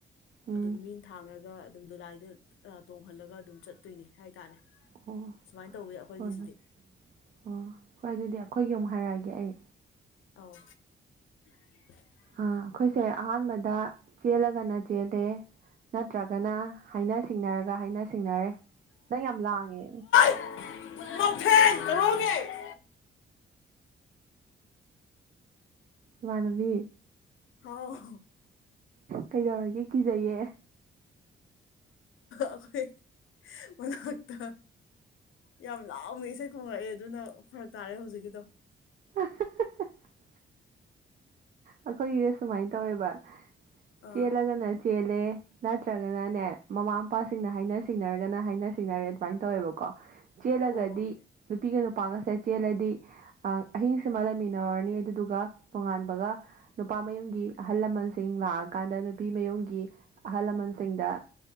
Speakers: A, on the right; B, on the left.
A: ꯎꯝ
B: ꯑꯗꯨꯝ ꯃꯤꯟ ꯊꯥꯡꯔꯒ ꯑꯗꯨꯝ ꯗꯗꯨꯣꯂꯥꯏꯗ ꯇꯣꯡꯍꯜꯂꯒ ꯑꯗꯨꯝ ꯆꯠꯇꯣꯏꯅꯤ ꯍꯥꯏꯇꯥꯔꯦ꯫
A: ꯑꯣ
B: ꯁꯨꯃꯥꯏꯅ ꯇꯧꯋꯤ ꯑꯩꯈꯣꯏꯒꯤꯁꯤꯗꯤ꯫
A: ꯍꯣꯏ ꯍꯣꯏ ꯑꯣ ꯍꯣꯏ ꯑꯗꯨꯗꯤ ꯑꯩꯈꯣꯏꯒꯤ ꯑꯃꯨꯛ ꯍꯥꯏꯔꯛꯑꯒꯦ ꯑꯩ꯫
B: ꯑꯥꯎ꯫ <unintelligible>
A: ꯑ ꯑꯩꯈꯣꯏꯁꯦ ꯑꯍꯥꯟꯕꯗ ꯆꯦꯜꯂꯒꯅ ꯆꯦꯜꯂꯦ ꯅꯠꯇ꯭ꯔꯒꯅ ꯍꯥꯏꯅ ꯁꯤꯡꯅꯔꯒ ꯍꯥꯏꯅ ꯁꯤꯡꯅꯔꯦ꯫ ꯅꯪ ꯌꯥꯝ ꯂꯥꯡꯉꯦ꯫
B: ꯊ ꯀꯣꯡꯒꯦ <unintelligible>
A: ꯏꯃꯥꯟꯅꯕꯤ
B: ꯍꯥꯎ꯫
A: ꯀꯩꯗꯧꯔꯤꯒꯦ ꯀꯤꯖꯩꯌꯦ꯫
B: ꯑꯩꯈꯣꯏ ꯃꯅꯛꯇ꯫ ꯌꯥꯝ ꯂꯥꯎꯅ ꯏꯁꯩ ꯈꯣꯉꯛꯑꯦ ꯑꯗꯨꯅ ꯐꯔꯛ ꯇꯥꯔꯦ ꯍꯧꯖꯤꯛꯀꯤꯗꯣ꯫
A: <unintelligible> ꯑꯩꯈꯣꯏꯒꯤꯗ ꯁꯨꯃꯥꯏꯅ ꯇꯧꯋꯦꯕ
B: ꯑꯥ
A: ꯆꯦꯜꯂꯒꯅ꯫ ꯆꯦꯜꯂꯦ ꯅꯠꯇ꯭ꯔꯒꯅꯅꯦ ꯃꯃꯥ꯫ ꯃꯄꯥꯁꯤꯡꯅ ꯍꯥꯏꯅ ꯁꯤꯡꯅꯔꯒꯅ ꯍꯥꯏꯅ ꯁꯤꯡꯅꯔꯦ ꯑꯗꯨꯃꯥꯏ ꯇꯧꯋꯦꯕꯀꯣ ꯆꯦꯜꯂꯒꯗꯤ
B: ꯑꯣ
A: ꯅꯨꯄꯤꯒ ꯅꯨꯄꯥꯒꯁꯦ ꯆꯦꯜꯂꯗꯤ ꯑ ꯑꯍꯤꯡꯁꯤꯃ ꯂꯩꯃꯤꯟꯅꯔꯅꯤ ꯑꯗꯨꯗꯨꯒ ꯅꯣꯉꯥꯟꯕꯒ꯫ ꯅꯨꯄꯥ ꯃꯌꯨꯝꯒꯤ ꯑꯍꯜ ꯂꯃꯟꯁꯤꯡ ꯂꯥꯛꯑꯀꯥꯟꯗ ꯅꯨꯄꯤ ꯃꯌꯨꯝꯒꯤ꯫ ꯑꯍꯜ ꯂꯃꯟꯁꯤꯡꯗ